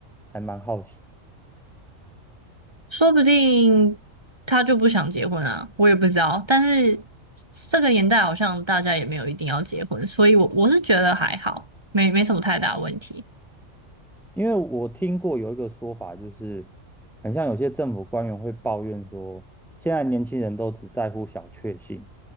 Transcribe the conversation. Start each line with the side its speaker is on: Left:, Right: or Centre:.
Centre: 还蛮好奇。
Right: 说不定他就不想结婚啊，我也不知道。但是这个年代好像大家也没有一定要结婚，所以我我是觉得还好，没没什么太大问题。
Centre: 因为我听过有一个说法，就是很像有些政府官员会抱怨说，现在年轻人都只在乎小确幸，